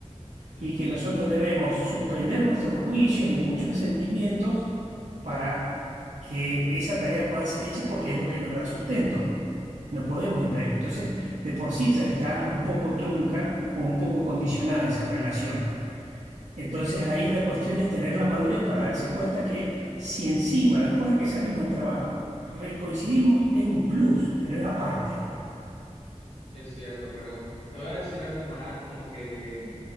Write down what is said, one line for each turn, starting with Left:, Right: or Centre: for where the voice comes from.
Left: entiendo.
Right: y que nosotros debemos suspender nuestros juicios y muchos sentimientos para que esa tarea pueda ser hecha porque es lo que nos da sustento. No podemos impedirlo. Entonces, de por sí ya está un poco trunca o un poco condicionada esa relación. Entonces, ahí la cuestión es tener la madurez para darse cuenta que si encima, después de que salimos del trabajo, recoincidimos, es un plus, pero es aparte.
Left: Es cierto, pero te voy a decir algo más como que de